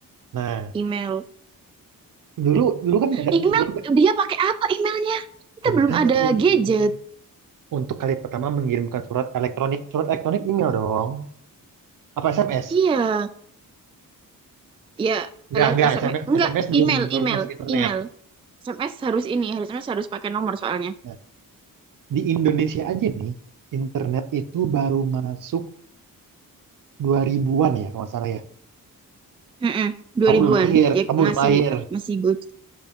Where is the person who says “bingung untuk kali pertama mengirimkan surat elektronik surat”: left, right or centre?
Right